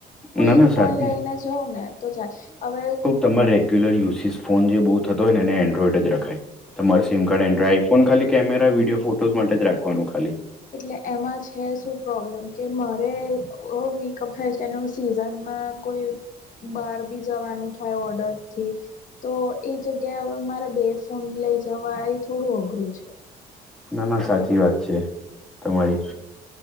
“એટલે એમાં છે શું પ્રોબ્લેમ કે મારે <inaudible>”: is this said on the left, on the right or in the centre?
Left